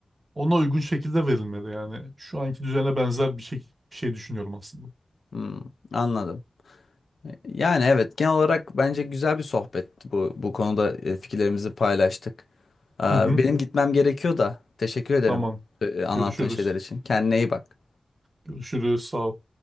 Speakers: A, on the right; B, on the left.
A: ona uygun şekilde verilmeli. Yani şu anki düzene benzer bir şey, bir şey düşünüyorum aslında.
B: Hmm, anladım. Yani evet genel olarak bence güzel bir sohbetti bu bu konuda e, fikirlerimizi paylaştık. Aa,
A: Hı hı,
B: Benim gitmem gerekiyor da teşekkür ederim
A: tamam.
B: e, anlattığın
A: Görüşürüz.
B: şeyler için. Kendine iyi bak.
A: Görüşürüz. Sağ ol.